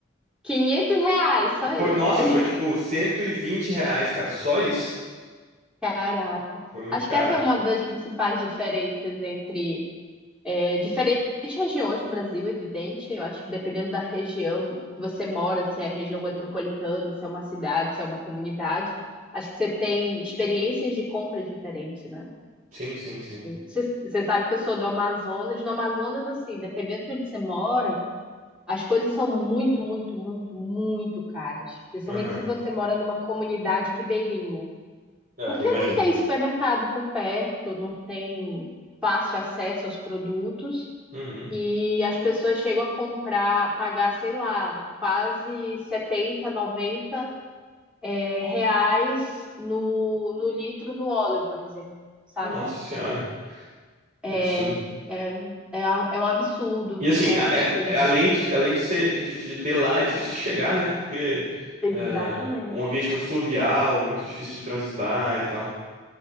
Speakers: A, in the centre; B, on the right.
A: 500 reais, só
B: Foi,
A: isso.
B: nossa,
A: <laughs>
B: foi tipo 120 reais, cara, só isso.
A: Caraca.
B: Foi muito
A: Acho
B: caro.
A: que essa é uma das principais diferenças entre É, diferentes regiões do Brasil, é evidente, eu acho que dependendo da região que você mora, se é região metropolitana, se é uma cidade, se é uma comunidade, acho que você tem experiências de compra diferentes, né?
B: Sim, sim, sim.
A: Você, você sabe que eu sou do Amazonas, no Amazonas, assim, dependendo de onde você mora, as coisas são muito, muito, muito, muito caras, principalmente
B: Aham.
A: se você mora numa comunidade ribeirinha.
B: É,
A: Porque
B: eu imagino.
A: não tem supermercado por perto, não tem fácil acesso aos produtos.
B: Uhum.
A: E as pessoas chegam a comprar, pagar, sei lá, quase 70 90 é, reais no, no litro do óleo, por exemplo, sabe?
B: Nossa senhora,
A: É,
B: que absurdo.
A: é, é, a- é um absurdo,
B: E assim,
A: é
B: a-
A: um absurdo.
B: é- é além de, além de ser difícil de ter lá, é difícil de chegar, né? Porque
A: Exatamente.
B: é um ambiente muito fluvial, muito difícil de transitar e tal.